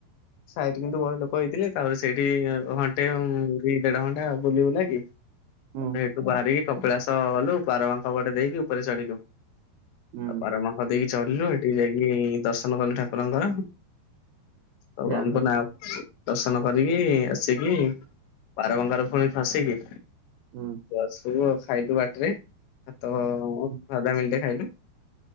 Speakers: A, on the left; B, on the right.
A: ସାଇଠି କିନ୍ତୁ ବୋହୁତ ଲୋକ ହେଇଥିଲେ ତାପରେ ସେଇଠି ଘଣ୍ଟେ କି ଦେଢ ଘଣ୍ଟା ବୁଲିିବୁଲା କି ତାପରେ
B: ହୁଁ।
A: ହେଠୁ ବାହାରିକି କପିଳାସ ଗଲୁ ବାରମାଖ ପଟେ ଦେଇକି ଉପରେ ଚଢିଲୁ
B: ହୁଁ
A: ଆଉ ବାରମାଖ ଦେଇକି ଚଢିଲ ହେଠି ଯାଇକି ଦର୍ଶନ କଲୁ ଠାକୁରଙ୍କର। ସବୁ
B: ଯାଆନ୍ତୁ
A: ଆମକୁ ନାଁ ଦର୍ଶ ନ କରିକି ଆସିକି ବାର ବଙ୍କାରେ ପୁଣି ଫସିକି
B: ହୁଁ
A: ଆସିଲୁ ଆ ଖାଇଲୁ ବାଟରେ ଭାତ ସାଧା
B: ହୁଁ
A: ମିଲଟେ ଖାଇଲୁ।